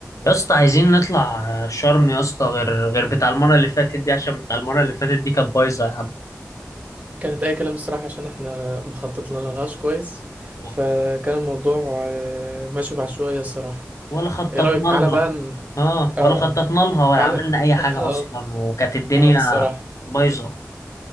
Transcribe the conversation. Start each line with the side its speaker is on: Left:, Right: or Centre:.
Left: يا اسطى عايزين نطلع آه، شرم يا اسطى غير غير بتاع المره اللي فاتت دي عشان بتاع المره اللي فاتت دي كانت بايظه يا عم
Right: كانت اي كلام الصراحه عشان احنا مخططنا لهاش كويس
Left: و-
Right: فكان الموضوع آه، ماشي بعشوائيه الصراحه
Left: ولا خططنا
Right: ايه رايك تعالى
Left: لها
Right: بقى ن...
Left: اه
Right: اه
Left: ولا
Right: اه
Left: خططنا لها ولا
Right: تعالى
Left: عملنا اي حاجه
Right: <laughs> اه
Left: اصلا وكانت الدنيا
Right: آه، الصراحه
Left: بايظه